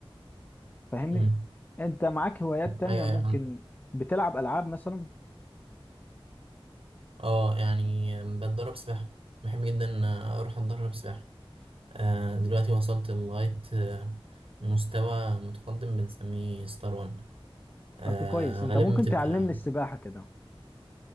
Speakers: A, on the left (about 20°); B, on the right (about 60°).
A: فاهمني
B: مم.
A: انت معاك هوايات تانية
B: ايوه
A: ممكن
B: ايوه
A: بتلعب العاب مثلا
B: اه يعني بتدرب سباحة بحب جدا اروح اتدرب سباحة آه، دلوقتي وصلت لغاية آه، مستوى متقدم بنسميه ستار وان آه،
A: طب كويس انت
B: غالبا
A: ممكن
B: بتبقى
A: تعلمني السباحة كده